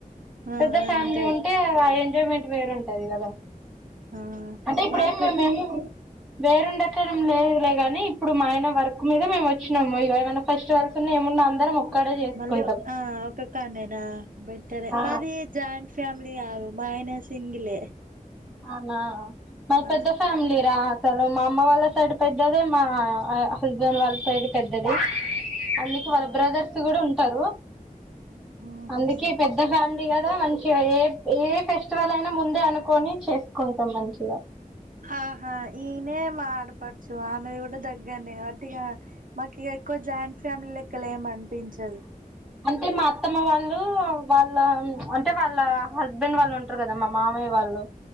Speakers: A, on the right; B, in the centre.
A: ఆ
B: పెద్ద ఫ్యామిలీ
A: అంతే
B: ఉంటే ఎంజాయ్మెంట్ వేరుంటది కదా
A: ఆ
B: అంటే ఇప్పుడు
A: మాకు
B: ఏం మేమేమి
A: కూడా
B: వేరుండే ఎక్కడ ఏం లేదులే గాని ఇప్పుడు మా ఆయన వర్క్ మీద మేము వచ్చినాము ఇగా ఏమ ఫెస్టివల్స్ ఉన్న ఏమున్నా అందరం ఒక్కడే చేసుకుంటాం
A: మళ్ళీ ఆ ఒక్క కాడ్నేనా
B: ఆ
A: మాది జాయింట్ ఫ్యామిలీ కాదు మా ఆయన సింగిలే
B: ఆ ఆ మది
A: ఆ
B: పెద్ద ఫ్యామిలీ రా అసలు మా అమ్మ వాళ్ళ సైడ్ పెద్దది మా హస్బెండ్ వాళ్ళ సైడ్ పెద్దది. అందుకే వాళ్ళ
A: ఆ
B: బ్రదర్స్ కూడా టారు
A: ఉహు
B: అందుకే పెద్ద ఫ్యామిలీ ఉంది కదా మంచిగ ఏ ఏ ఫెస్టివల్ అయినా ముందే అనుకోని చ్ చేస్కుంటాం మంచిగా.
A: ఆహా ఈడ్నే మా ఆడపడుచు ఆమెది కూడా దగ్గరనే కావట్టి ఇహ మాకు ఇహ ఎక్కువ జాయింట్ ఫ్యామిలీ లెక్క అలఏం అనిపించదు.
B: అంటే మా అత్తమ్మ వాళ్లూ వాళ్ల త్చ్ అంటే వాళ్ల హస్బెండ్ వాళ్లు ఉంటరు కదా మా మామయ్య వాళ్లు.